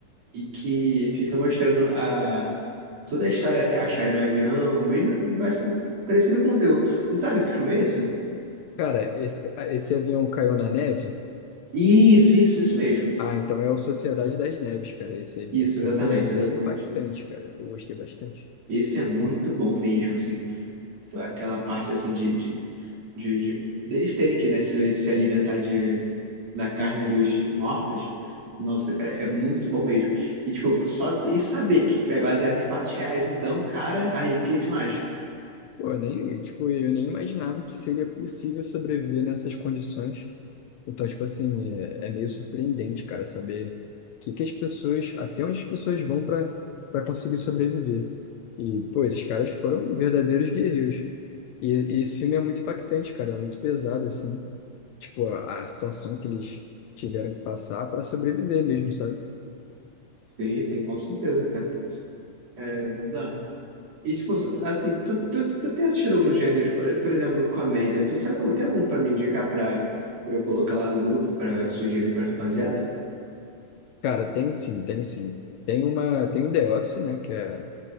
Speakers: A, on the right; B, on the left.
A: e que fica mostrando a, toda a história até acharem um avião, mesmo basicamente parecido com o teu. Não sabe que filme é isso?
B: Cara, esse, esse avião caiu na neve?
A: Isso, isso, isso mesmo.
B: Ah, então é o Sociedade das Neves, cara. Esse,
A: Isso,
B: esse filme
A: exatamente,
B: é bem
A: exatamente.
B: impactante, cara. Eu gostei bastante.
A: Esse é muito bom mesmo, assim. Aquela parte assim de, de, de, de- deles terem que, né, se ali- se alimentar de, da carne dos mortos. Nossa, cara, é muito bom mesmo. E tipo, só e saber que é baseado em fatos reais, então, cara, arrepia demais.
B: Pô, eu nem, tipo, eu nem imaginava que seria possível sobreviver nessas condições. Então, tipo assim, é, é meio surpreendente, cara, saber que, que as pessoas, até onde as pessoas vão para para conseguir sobreviver. E, pô, esses caras foram verdadeiros guerreiros. E, e esse filme é muito impactante, cara, é muito pesado, assim. Tipo, a, a situação que eles tiveram que passar para sobreviver mesmo, sabe?
A: Sim, sim, com certeza, cara. É bizarro. E, tipo, assim, tu, tu, tu tem assistido alguns gêneros, por, por exemplo, comédia. Tu sabe, algum- tem algum pra me indicar pra, pra eu colocar lá no grupo pra sugerir pra rapaziada?
B: Cara, tem sim, tem sim. Tem uma, tem o The Office, né, que é,